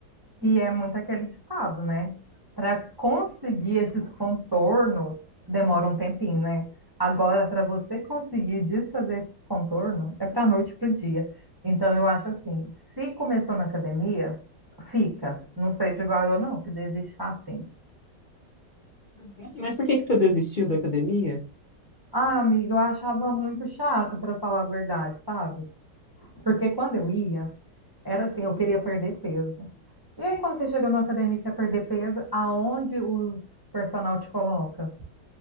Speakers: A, on the right (about 25°); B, on the left (about 60°).
A: E é muito aquele ditado, né? Para conseguir esses contornos, demora um tempinho, né? Agora, para você conseguir desfazer esse contorno, é para noite para o dia. Então, eu acho assim: se começou na academia, fica. Não seja igual eu, não, que desiste facinho.
B: Nossa, mas por que que você desistiu da academia?
A: Ah, amiga, eu achava muito chato, para falar a verdade, sabe? Porque quando eu ia, era assim: eu queria perder peso. E aí, quando você chega numa academia e quer perder peso, aonde os personal te coloca?